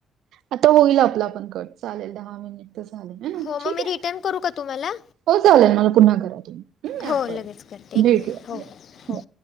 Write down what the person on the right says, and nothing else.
आता होईल आपला पण कट चालेल दहा मिनिट तर झाले ना
ठीक
आहे.
हो चालेल मला पुन्हा घरा तुम्ही
ऍप
वर
भेटूया
या,
बाय.